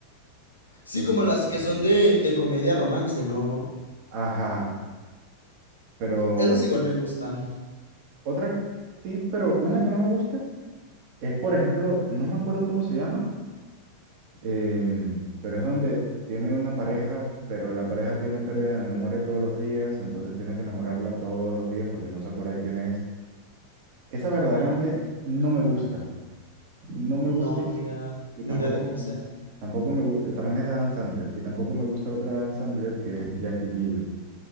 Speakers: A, on the left; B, on the right.
A: Sí,
B: y-
A: como las que son de, de comedia romance, ¿no?
B: ajá, pero
A: Esas igual me gustan.
B: otra, sí, pero una que no me gusta es, por ejemplo, no me acuerdo cómo se llama, Em, pero es donde tiene una pareja, pero la pareja tiene pérdida de memoria todos los días, entonces tiene que enamorarla todos los días porque no se acuerda de quién es. Esa verdaderamente
A: Ah,
B: no me gusta. No me gusta
A: No,
B: y,
A: ni idea,
B: y
A: ni
B: tampoco
A: idea de cuál sea.
B: me, tampoco me gusta. También es de Adam Sandler. Y tampoco me gusta otra de Adam Sandler que es Jackie Jill